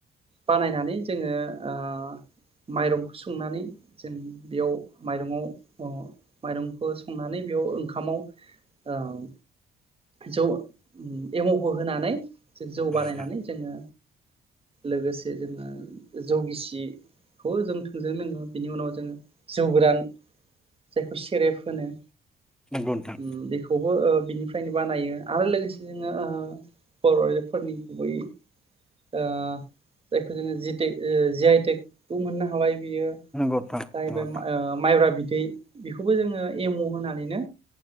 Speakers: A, on the right (about 30°); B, in the centre.
A: बानायनानै जोङो ओ माइरंखौ संनानै जों बेयाव माइरङाव अ माइरंखौ संनानै बेयाव ओंखामाव उम जौ उम एमखौ होनानै जो जौ
B: औ
A: बानायनानै
B: नोंथां
A: जोङो लोगोसे जोङो जौगिसिखौ जों थोंजों लोङो बिनि उनाव जोङो जौ गोरान जायखौ सेरेब होनो।
B: नोंगौ नोंथां
A: बेखौबो ओ बिनि फ्रायनो बानायो आरो लोगोसे जोङो ओ बर आरिफोरनि गुबै ओ जायखौ जोङो जिटे ओ जि आइटेकबो मोननो हाबाय। बियो
B: नंगौ
A: जाहैबाय
B: नोंथां
A: मा ओ माइब्रा बिदि। बै बेखौबो जोङो एम होनानैनो